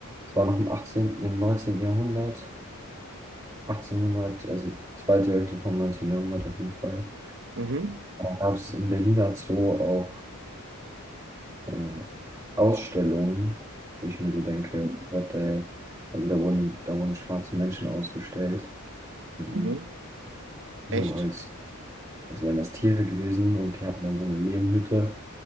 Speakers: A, on the right; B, on the right.
A: Es war noch im 18., im 19. Jahrhundert, 1800, also zweite Hälfte vom 19. Jahrhundert auf jeden Fall.
B: Mhm,
A: Da gab es im Berliner Zoo auch äh, Ausstellungen, wo ich mir so denke, what the hell? Also da wurden, da wurden schwarze Menschen ausgestellt, ähm,
B: mhm,
A: so
B: echt.
A: als, als wären das Tiere gewesen und die hatten dann so eine Lehmhütte